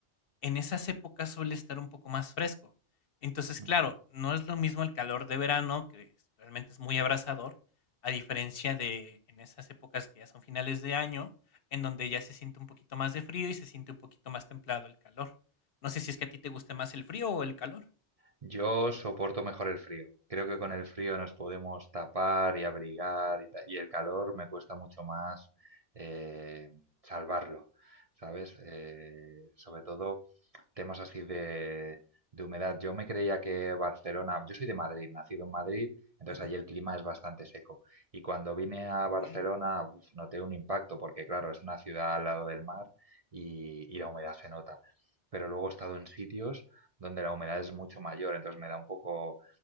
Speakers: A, on the left; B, on the right.
A: en esas épocas suele estar un poco más fresco. Entonces,
B: Ujú.
A: claro, no es lo mismo el calor de verano, que es- realmente es muy abrasador, a diferencia de en esas épocas que ya son finales de año, en donde ya se siente un poquito más de frío y se siente un poquito más templado el calor. No sé si es que a ti te gusta más el frío o el calor.
B: Yo soporto mejor el frío. Creo que con el frío nos podemos tapar y abrigar y, ta- y el calor me cuesta mucho más eh, salvarlo, ¿sabes? Eh, sobre todo temas así de, de humedad. Yo me creía que Barcelona, yo soy de Madrid, nacido en Madrid, entonces
A: Ujú,
B: allí el clima es bastante seco. Y cuando vine a
A: okey,
B: Barcelona, uf, noté un impacto porque claro, es una ciudad al lado del mar y y la humedad se nota. Pero luego he estado en sitios donde la humedad es mucho mayor, entonces me da un poco...